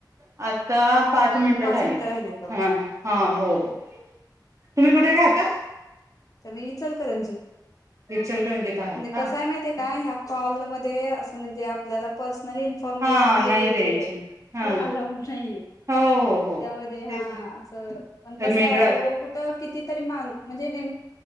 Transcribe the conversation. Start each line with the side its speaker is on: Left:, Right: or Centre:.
Right: अ आत्ता पाच
Left: अजून
Right: मिनटं झाली.
Left: मिनिटं राहिलीत बघा
Right: ह-हा होय. तुम्ही कुठे राहता?
Left: त्यामुळे इचलकरंजी
Right: इचलकरंजीत आहात
Left: नायी
Right: का
Left: कसंय माहिती काय, ह्या कॉलमध्ये असं म्हणजे आपल्याला पर्स मला इमफॉर्मेशन
Right: हा
Left: जी
Right: नाही
Left: द्यायची आहे
Right: हा
Left: ती अलाऊड नाहीये
Right: हो हो हो
Left: त्यामध्ये हा
Right: तेच
Left: असं पण कस
Right: मेंढरा
Left: आहे आता उग कुठं कितीतरी माणसं म्हणजे नेम